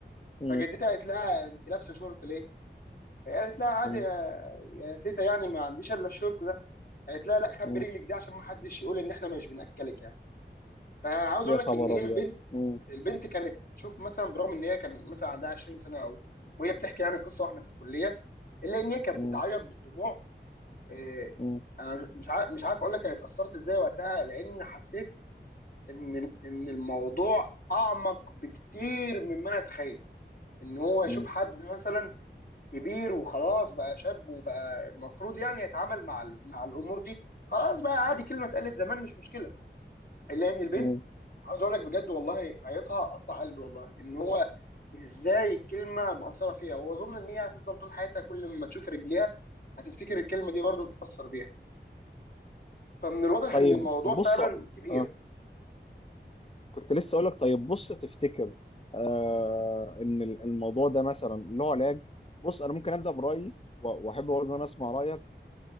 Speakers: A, on the left; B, on the left.
A: مم.
B: فجدتها قالت لها انت لابسه شورت ليه؟ فهي قالت لها عادي
A: مم.
B: يا يا تيتا يعني ما عنديش الا الشورت ده قالت لها لا خبي
A: مم.
B: رجلك دي عشان ما حدش يقول ان احنا مش بناكلك يعني فعاوز
A: يا
B: اقول
A: خبر
B: لك ان هي
A: ابيض
B: البنت
A: مم.
B: البنت كانت تشوف مثلا برغم ان هي كان مثلا عندها 20 سنه او وهي بتحكي يعني قصه واحنا في الكليه الا ان هي كانت
A: مم.
B: بتعيط بالدموع آه،
A: مم.
B: انا مش عارف مش عارف اقول لك انا اتاثرت ازاي وقتها لان حسيت ان ان الموضوع اعمق بكتير مما انا اتخيل ان هو يشوف
A: مم.
B: حد مثلا كبير وخلاص بقى شاب وبقى المفروض يعني يتعامل مع ال- مع الامور دي خلاص بقى عادي كلمه اتقالت زمان مش مشكله الا ان البنت
A: مم.
B: عاوز اقول لك بجد والله قريتها قطع قلبي والله ان هو ازاي الكلمه مأثره فيها واظن ان هي هتفضل طول حياتها كل ما تشوف رجليها هتفتكر الكلمه دي برضه تتأثر بيها فمن الواضح
A: طيب
B: ان الموضوع
A: بص
B: فعلا كبير
A: آه. كنت لسه اقول لك طيب بص تفتكر آه ان ال- الموضوع ده مثلا له علاج بص انا ممكن ابدا برايي و- واحب برضه ان انا اسمع رايك